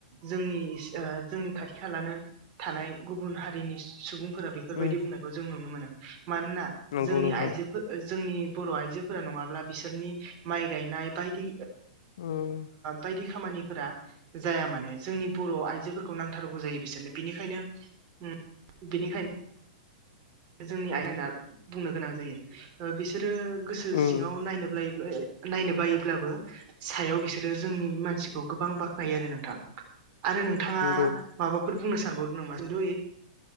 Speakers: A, on the right; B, on the left.
A: जोंनि ओ जोंनि खाथि खालानो थानाय गुबुन हारिनिस सुबुंफोरा बेफोरबायदि
B: उम
A: बुंनायखौ जों नुनो मोनो मानोना
B: नंगौ
A: जोंनि
B: नोंथां
A: आइजोफोर जोंनि बर' आइजोफोरा नङाब्ला बिसोरनि माइ गायनाय बायदि
B: उम
A: बायदि खामानि फोरा जाया माने जोंनि बर' आइजोफोरखौ नांथारगौ जायो बिसोरनो बिनिखायनो ओम बिनिखायनो जोंनि आयना बुंनो गोनां जायो ओ बिसोरो गोसो
B: उम
A: सिङाव नायनो <unintelligible> नायनो बायोब्लाबो सायाव बिसोरो जोंनि मानसिखौ गोबां बाख्नायो आरो नोंथां आरो नों नोंथाङा
B: नंगौ
A: माबाफोर बुंनो सानबावदों नामा खिन्थु